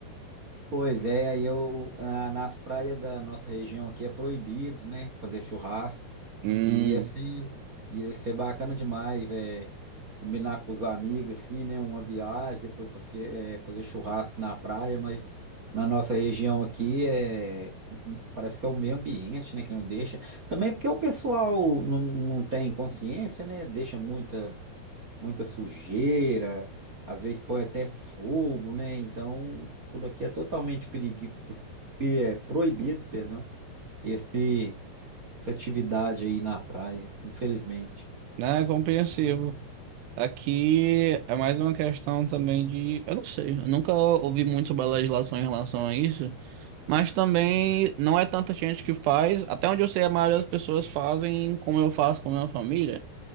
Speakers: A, on the right (about 40°); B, on the right (about 85°).
A: Pois é, aí eu, ah, nas praias da nossa região aqui é proibido, né? Fazer churrasco.
B: Hum,
A: Iria ser, iria ser bacana demais, é, combinar com os amigos, assim, né? Uma viagem, depois passe- é, fazer churrasco na praia, mas na nossa região aqui é, parece que é o meio ambiente, né, que não deixa. Também porque o pessoal não, não tem consciência, né? Deixa muita, muita sujeira, às vezes põe até fogo, né? Então, por aqui é totalmente perigui- pe- é, proibido, perdão, esse essa atividade aí na praia, infelizmente.
B: né? Compreensivo. Aqui é mais uma questão também de. Eu não sei, eu nunca ouvi muito sobre a legislação em relação a isso, mas também não é tanta gente que faz. Até onde eu sei, a maioria das pessoas fazem como eu faço com a minha família.